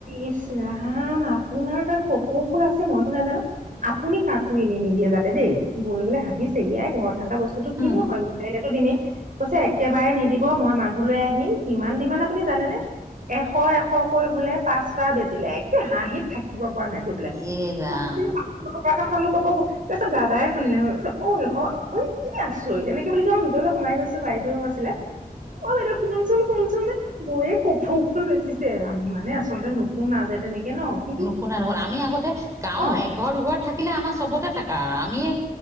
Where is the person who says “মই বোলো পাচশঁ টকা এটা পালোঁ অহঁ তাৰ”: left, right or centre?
Right